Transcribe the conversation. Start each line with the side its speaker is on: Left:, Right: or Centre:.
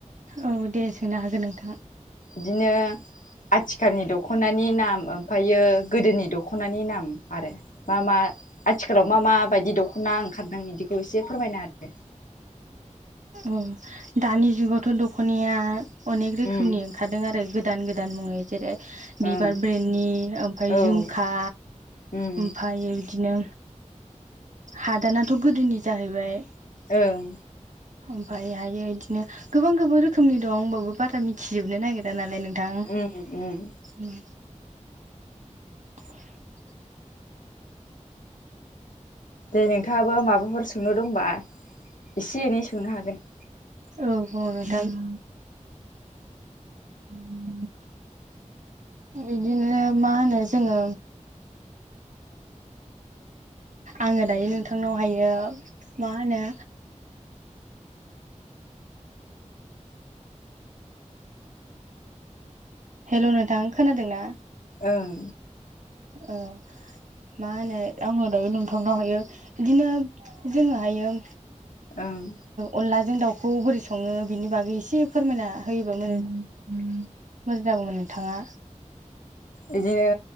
Right: औ दे सोंनो हागोन नोंथां
Left: इदिनो आथिखालनि दख'नानि नाम ओमफायो गोदोनि दख'नानि नाम आरो मा मा आथिखालाव मा मा बायदि दख'ना ओंखारदों इदिखौ एसे फोरमायनो आरो
Right: अ दानि जुगावथ' दख'नायया अनेक रोखोमनि
Left: होदो
Right: ओंखारदों आरो गो गोदान गोदान मुङै जेरै बिबार
Left: ओं
Right: ब्रेण्डनि ओमफ्राय
Left: ओं
Right: झुमखा
Left: औ ओं
Right: ओमफायो इदिनो हादानाथ' गोदोनि जाहैबाय
Left: ओं
Right: ओमफाय हायो इदिनो गोबां गोबां रोखोमनि दं होमबाबो बारा मिथिजोबनो नागिरा नालाय नों
Left: उम उम
Right: <unintelligible> <inaudible>
Left: दे नोंथाङाबो माबाफोर सोंनो दंबा एसे एनै सोंनो हागोन
Right: औ र' नोंथां <inaudible> इदिनो मा होनो जोंङो आंङो दायो नोंथांनावहायो मा होनो हेल' नोंथां खोनादों ना?
Left: ओं
Right: ओ मा होनो आंङो दायो नोंथांनाव हायो बिदिनो जोंङोहायो
Left: ओं
Right: अनलाजों दाउखौ बोरै संङो बिनि बागै एसे फोरमायना होयोबा मोजां मोजां जागौमोन नोंथांङा
Left: बिदिनो